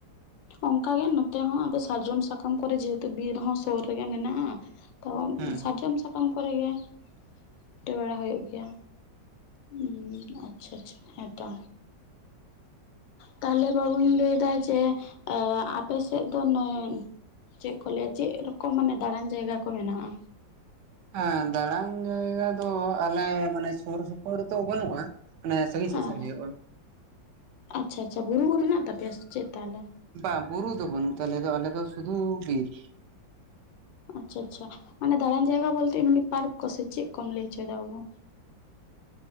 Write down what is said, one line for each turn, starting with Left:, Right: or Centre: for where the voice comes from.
Left: ᱚᱱᱠᱟᱜᱮ ᱱᱚᱛᱮ ᱦᱚᱸ ᱟᱫᱚ ᱥᱟᱨᱡᱚᱢ ᱥᱟᱠᱟᱢ ᱠᱚᱨᱮ ᱡᱮᱦᱮᱛᱩ ᱵᱤᱨ ᱦᱚᱸ ᱥᱳᱨ ᱨᱮᱜᱮ ᱢᱮᱱᱟᱜᱼᱟ᱾ ᱛᱚ
Right: ᱦᱮᱸ
Left: ᱥᱟᱨᱡᱚᱢ ᱥᱟᱠᱟᱢ ᱠᱚᱨᱮ ᱜᱮᱼᱼ ᱯᱤᱴᱟᱹ ᱵᱟᱲᱟ ᱦᱩᱭᱩᱜ ᱜᱮᱭᱟ ᱩᱸ ᱟᱪᱪᱷᱟ ᱟᱪᱪᱷᱟ ᱦᱮᱸ ᱛᱚ᱾ ᱛᱟᱦᱚᱞᱮ ᱵᱟᱹᱵᱩᱧ ᱞᱟᱹᱭ ᱮᱫᱟ ᱡᱮ ᱟᱸ ᱟᱯᱮᱥᱮᱫ ᱫᱚ ᱱᱚᱭᱼᱼ ᱪᱮᱫ ᱠᱚ ᱞᱟᱹᱭᱟ ᱪᱮᱫ ᱨᱚᱠᱚᱢ ᱢᱟᱱᱮ ᱫᱟᱬᱟᱱ ᱡᱟᱭᱜᱟ ᱠᱚ ᱢᱮᱱᱟᱜᱼᱟ?
Right: ᱦᱮᱸ ᱫᱟᱬᱟᱱ ᱡᱟᱭᱜᱟ ᱫᱚ ᱟᱞᱮ ᱢᱟᱱᱮ ᱥᱳᱨ ᱥᱳᱯᱳᱨ ᱨᱮ ᱛᱚ ᱵᱟᱹᱱᱩᱜᱼᱟ᱾ ᱦᱟᱱᱮ ᱥᱟᱺᱜᱤᱧ
Left: ᱦᱮᱸ
Right: ᱥᱮᱜ ᱥᱮᱱ
Left: ᱦᱮᱸ
Right: ᱦᱳᱭᱳᱜᱼᱟ᱾
Left: ᱟᱪᱪᱷᱟ ᱟᱪᱪᱷᱟ ᱵᱩᱨᱩ ᱦᱚᱸ ᱢᱮᱱᱟᱜ ᱛᱟᱯᱮᱭᱟ ᱥᱮ ᱪᱮᱫ ᱛᱟᱦᱚᱞᱮ?
Right: ᱵᱟᱝ ᱵᱩᱨᱩ ᱫᱚ ᱵᱟᱹᱱᱩᱜ ᱛᱟᱞᱮ ᱫᱚ ᱟᱞᱮ ᱫᱚ ᱥᱩᱫᱩ ᱵᱤᱨ᱾
Left: ᱟᱪᱪᱷᱟ ᱟᱪᱪᱷᱟ ᱢᱟᱱᱮ ᱫᱟᱬᱟᱱ ᱡᱟᱭᱜᱟ ᱵᱚᱞᱛᱮ ᱮᱢᱱᱤ ᱯᱟᱨᱠ ᱠᱚ ᱥᱮ ᱪᱮᱫ ᱠᱚᱢ ᱞᱟᱹᱭ ᱦᱟᱪᱚᱭᱮᱫᱟ ᱵᱟᱹᱵᱩ᱾